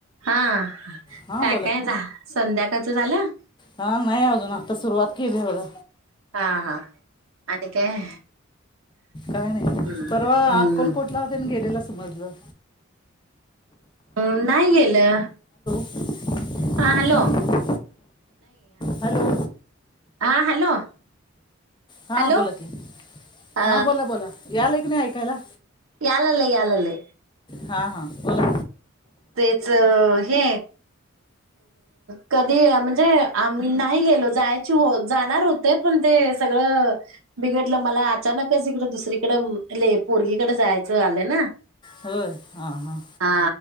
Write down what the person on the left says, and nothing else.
हां
हा नाही अजून आता सुरुवात केली आहे बघा
का नाही
पर अक्कलकोटला
गेलेलं समजलं
<unintelligible>
नाही हॅलो
हा
बोला की
हा बोला बोला आल की नाही ऐकायला
हां हां बोला
होय हां हां